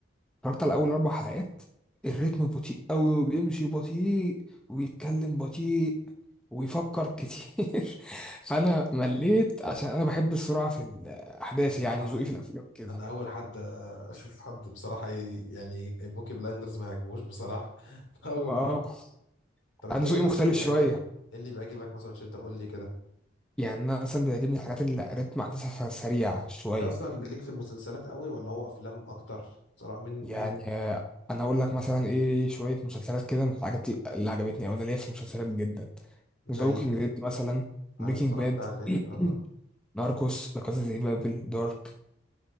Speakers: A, in the centre; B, on the left.
A: اتفرجت على اول اربع حلقات الريتم بطيء قوي وبيمشي بطيء وبيتكلم بطيء ويفكر كتير <laughs> فانا مليت عشان انا بحب السرعه في الاحداث
B: بصراحه
A: يعني
B: انا
A: ذوقي في الافلام كده
B: انا اول حد اشوف حد بصراحه ي- يعني بوكي بلايندرز ما يعجبوش بصراحه <laughs> اول
A: اه
B: مره طب انت
A: انا
B: ايه
A: ذوقي
B: مثلا
A: مختلف
B: بيعجبك
A: شويه
B: ايه اللي بيعجبك مثلا عشان انت قول لي كده
A: يعني انا مثلا بيعجبني الحاجات اللي ريتم احداثها سريع شويه
B: انت اصلا بليك في المسلسلات قوي ولا هو افلام اكتر بصراحه من
A: يعني
B: من
A: آه، انا اقول لك مثلا ايه شويه مسلسلات كده من الحاجات اللي عجبتني او انا ليا في المسلسلات جدا
B: زي
A: ذا ووكينج ديد مثلا بريكنج
B: انا اتفرجت
A: باد
B: عليه
A: <clears throat>
B: اه
A: ناركوس لا كاسا دي بابل دارك